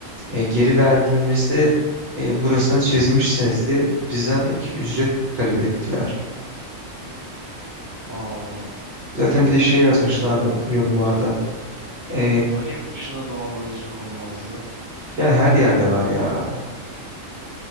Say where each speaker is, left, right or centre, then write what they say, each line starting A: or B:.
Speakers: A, on the right (about 55°); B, on the right (about 20°).
A: E, geri verdiğimizde e, burasını çizmişsiniz diye bizden ek ücret talep ettiler.
B: Aa,
A: Zaten bir de
B: çok
A: şey yazmışlardı
B: kötü ya.
A: yorumlarda. E,
B: Hani yurt dışında dolandırıcılık olmazdı?
A: yani her yerde var ya.